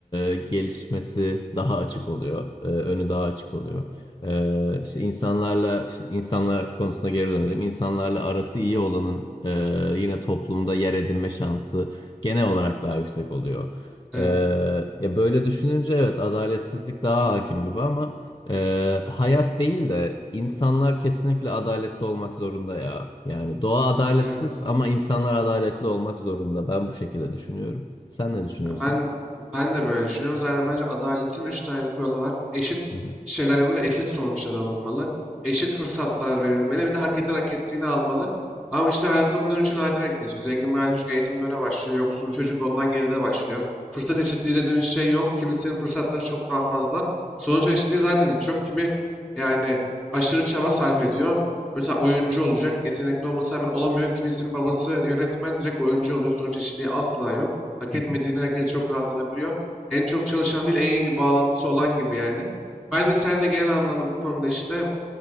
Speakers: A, on the left; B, in the centre.
A: e, gelişmesi daha açık oluyor. E, önü daha açık oluyor. E, işte insanlarla işte insanlar konusuna geri dönelim. İnsanlarla arası iyi olanın e, yine toplumda yer edinme şansı genel olarak daha yüksek oluyor.
B: Evet.
A: E, ya böyle düşününce evet adaletsizlik daha hakim gibi ama. Ee, hayat değil de insanlar kesinlikle adaletli olmak zorunda ya. Yani doğa adaletsiz
B: Evet.
A: ama insanlar adaletli olmak zorunda. Ben bu şekilde düşünüyorum. Sen ne düşünüyorsun?
B: Ya Ben ben de böyle düşünüyorum. Zaten bence adaletin üç tane kuralı var. Eşit
A: Hı hı,
B: şeyler yapılmalı, eşit sonuçlar alınmalı, eşit fırsatlar verilmeli, bir de hak eden hak ettiğini almalı. Ama işte hayatta bunların üçü nadiren kesiyor. Zengin bir aile çocuk eğitim döneme başlıyor, yoksul bir çocuk ondan geride başlıyor. Fırsat eşitliği dediğimiz şey yok. Kimisinin fırsatları çok daha fazla. Sonuç eşitliği zaten hiç yok. Kimi yani aşırı çaba sarf ediyor. Mesela oyuncu olacak, yetenekli olması hemen olamıyor. Kimisinin babası yönetmen direkt oyuncu oluyor. Sonuç eşitliği asla yok. Hak
A: hı
B: etmediğini
A: hı,
B: herkes çok rahat alabiliyor. En çok çalışan değil, en iyi bağlantısı olan gibi yani. Ben de seninle genel anlamda bu konuda işte